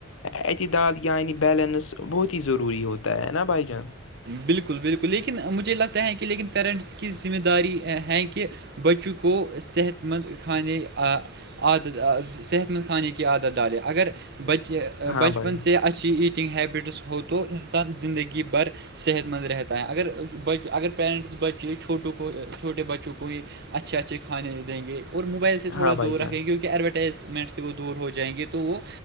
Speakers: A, on the left; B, on the right.
A: اعتدال یعنی بیلنس بہت ہی ضروری ہوتا ہے نا بھائی جان
B: بالکل بالکل لیکن مجھے لگتا ہے کہ لیکن پیرنٹس کی ذمہ داری ہے کہ بچوں کو صحت مند کھانے آ عادت صحت مند کھانے کی عادت ڈالے اگر بچے
A: ہاں
B: بچپن
A: بھائی
B: سے اچھی ایٹنگ ہیبٹس ہو تو انسان زندگی بھر صحت مند رہتا ہے اگر بچ اگر پیرنٹس بچے چھوٹوں کو چھوٹے بچوں کو ہی اچھے اچھے کھانے دیں گے اور مجھ موبائل سے تھوڑا
A: ہاں بھائی
B: دور رکھیں
A: جان
B: گے کیونکہ ایڈورٹائزمنٹ سے وہ دور ہو جائیں گے تو وہ